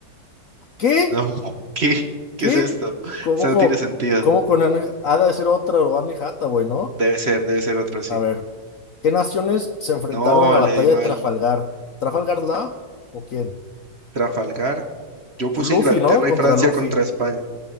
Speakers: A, on the left; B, on the right.
A: ¿Qué?
B: No, <laughs> ¿qué?
A: ¿Qué?
B: ¿Qué es esto?
A: ¿Cómo
B: Eso
A: con,
B: no tiene sentido.
A: cómo con Anne, ha de ser otra o Anne Hathaway, ¿no?
B: Debe ser, debe ser otro así.
A: A ver, ¿qué naciones se enfrentaron
B: No,
A: en la batalla
B: le di mal.
A: de Trafalgar? ¿Trafalgar la? ¿O quién?
B: Trafalgar. Yo puse
A: Luffy,
B: Inglaterra
A: ¿no? Contra
B: y Francia
A: Luffy.
B: contra España.